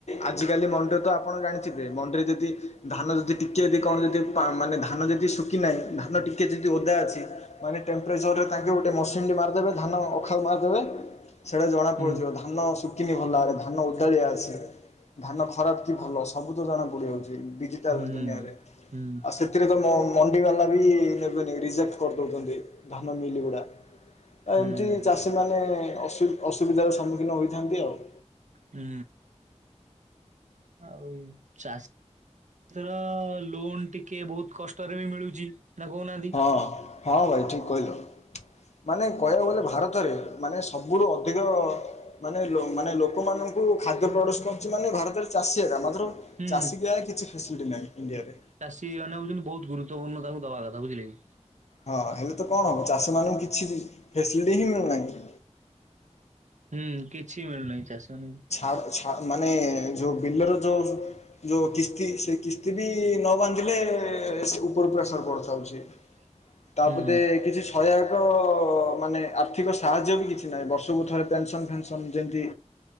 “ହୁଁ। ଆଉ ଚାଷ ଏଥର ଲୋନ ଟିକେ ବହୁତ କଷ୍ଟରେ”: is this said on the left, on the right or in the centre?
Right